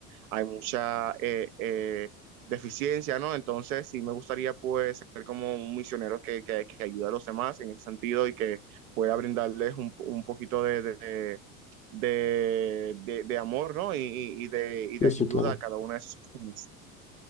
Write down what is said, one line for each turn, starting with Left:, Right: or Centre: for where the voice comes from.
Right: hay mucha eh, eh, deficiencia, ¿no? Entonces sí me gustaría pues ser como un misionero que, que, que ayuda a los demás en ese sentido y que pueda brindarles un, un poquito de, de, de, de- de amor, ¿no? Y, y- y de, y de
Left: Sí, sí,
Right: ayuda
Left: claro.
Right: a cada una de esas personas.